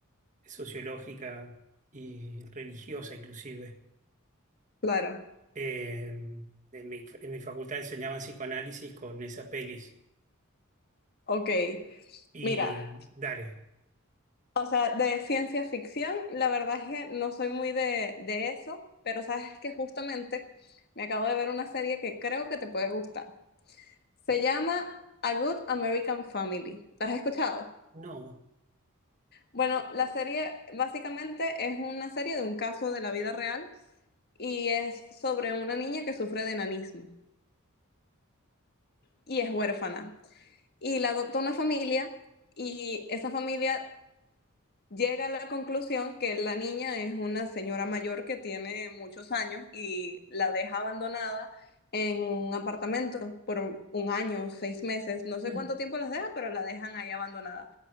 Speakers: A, on the right; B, on the left.
A: sociológica y religiosa inclusive.
B: claro.
A: Eh, en mi, en mi facultad enseñaban psicoanálisis con esa pelis.
B: Ok.
A: Y
B: Mira,
A: dale,
B: O sea, de ciencia ficción, la verdad es que no soy muy de, de eso, pero sabes que justamente me acabo de ver una serie que creo que te puede gustar. Se llama A Good American Family. ¿La has escuchado?
A: no,
B: Bueno, la serie básicamente es una serie de un caso de la vida real y es sobre una niña que sufre de enanismo y es huérfana. Y la adopta una familia y esa familia llega a la conclusión que la niña es una señora mayor que tiene muchos años y la deja abandonada en un apartamento por un año, seis meses, no sé
A: Ah,
B: cuánto tiempo las deja, pero la dejan ahí abandonada.